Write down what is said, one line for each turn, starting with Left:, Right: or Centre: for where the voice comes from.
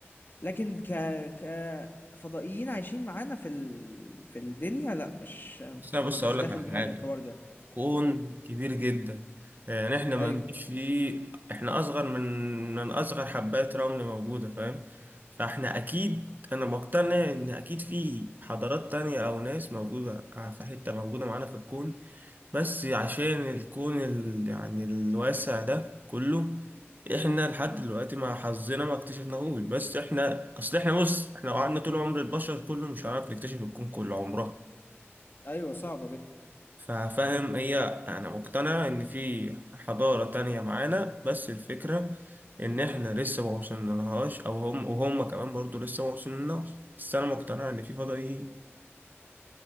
Left: لكن ك ك فضائيين عايشين معانا في ال... في الدنيا لا مش
Right: بس انا
Left: مش
Right: بص هقول لك
Left: داخل
Right: على
Left: دماغي
Right: حاجة
Left: الحوار ده
Right: كون
Left: قول
Right: كبير جدا يعني احنا ما
Left: ايوه
Right: نجيش فيه احنا اصغر من من اصغر حبات رمل موجودة فاهم فاحنا اكيد انا مقتنع ان اكيد في حضارات تانية او ناس موجودة في حتة موجودة معانا في الكون بس عشان الكون ال... يعني الواسع ده كله احنا لحد دلوقتي مع حظنا ما اكتشفناهوش بس احنا اصل احنا بص احنا لو قعدنا طول عمر البشر كله مش هنعرف نكتشف الكون كله عمره
Left: ايوه صعبه جدا
Right: ففاهم هي انا مقتنع ان في حضارة تانية معانا بس الفكرة ان احنا لسه ما وصلنالهاش او هم وهم كمان برضو لسه ما وصلنالهاش بس انا مقتنع ان في فضائيين